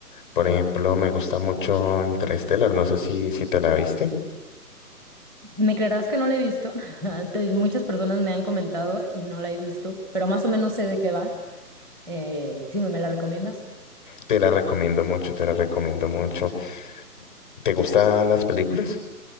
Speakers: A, on the left (about 30°); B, in the centre.
A: Por
B: Sí.
A: ejemplo, me gusta mucho Interstellar, no sé si, si te la viste.
B: Me creerás que no la he visto. <laughs> Te- Muchas personas me han comentado y no la he visto, pero más o menos sé de qué va. Eh, sí, ¿me me la recomiendas?
A: Te la recomiendo mucho, te la recomiendo mucho. ¿Te gustan las películas?